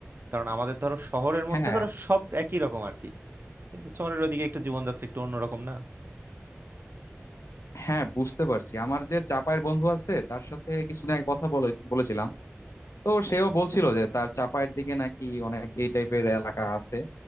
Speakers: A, on the right (about 45°); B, on the left (about 85°).
A: কারণ আমাদের ধরো শহরের মধ্যে
B: হ্যাঁ
A: ধরো সব একই রকম আর কি কিন্তু চরের ওইদিকে একটু জীবনযাত্রা একটু অন্যরকম না
B: হ্যাঁ বুঝতে পারছি আমার যে চাপায়ের বন্ধু আছে তার সাথে কিছুদিন আগে কথা বলে বলেছিলাম তো সেও বলছিল যে তার চাপায়ের দিকে নাকি অনেক এই টাইপের এলাকা আছে